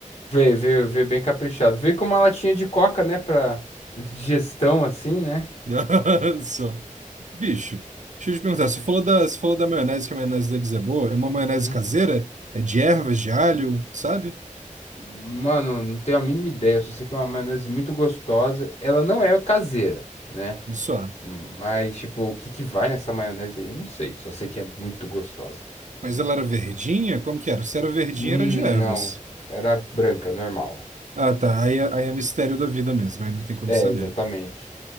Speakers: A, on the left; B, on the right.
A: Veio, veio, veio bem caprichado. Veio com uma latinha de coca, né, pra digestão, assim, né?
B: <laughs> Só. Bicho, deixa eu te perguntar, você falou da, você falou da maionese, que a maionese deles é boa. É uma maionese
A: Uhum.
B: caseira? É de ervas, de alho, sabe?
A: Mano, não tenho a mínima ideia. Só sei que é uma maionese muito gostosa. Ela não é caseira, né?
B: Só.
A: Mas, tipo, o que que vai nessa maionese aí? Eu não sei, só sei que é muito gostosa.
B: Mas ela era verdinha? Como que era? Se era verdinha,
A: Hum,
B: era de ervas.
A: não. Era branca, normal.
B: Ah, tá. Aí, é- aí é mistério da vida mesmo, aí não tem como
A: É,
B: saber.
A: exatamente.